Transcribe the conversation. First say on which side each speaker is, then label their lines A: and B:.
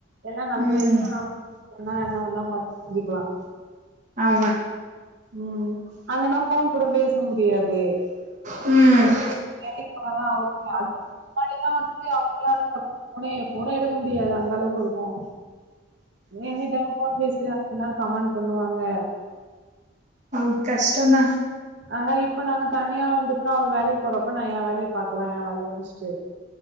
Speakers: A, on the right; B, on the right.
A: எல்லா நம்ம
B: ம்
A: இஷ்ட நம்ம என்னவேனா வேனா பண்ணிக்கலா
B: ஆமா
A: ம் அங்கனா ஃபோன் கூட பேச முடியாது
B: ம்
A: வேலைக்கு போனதா அவருக்கு கால் முன்னாடிலா வந்துட்டு அவங்களா இருக்கிறப்போ ஃபோனே ஃபோனே எடுக்க முடியாது அந்த அளவுக்கு இருக்கு எங்கிட்டல்லா ஃபோன் பேசினாங்கன்னா கமெண்ட் பண்ணுவாங்க
B: அ கஷ்டதா
A: ஆனா இப்ப நாங்க தனியா வந்துட்ன்னா அவர் வேலைக்கு போறப்ப நா என் வேலைய பாக்கலா என் வேலைய முடுச்ட்டு